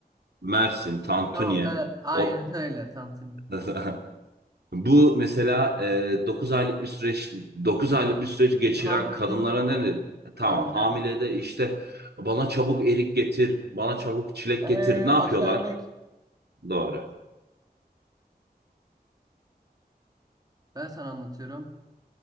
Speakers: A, on the right; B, on the right.
A: Mersin, Tantuni.
B: Tamam evet. Aynen
A: O...
B: öyle. Tantuni.
A: <laughs> Bu mesela e, dokuz aylık bir süreç dokuz aylık bir süreç geçiren
B: Hamilelik.
A: kadınlara ne dedi? E, Tamam
B: Hamile.
A: hamile de işte bana çabuk erik getir, bana çabuk çilek
B: Ee,
A: getir. Ne yapıyorlar?
B: aşermek.
A: Doğru.
B: Ben sana anlatıyorum.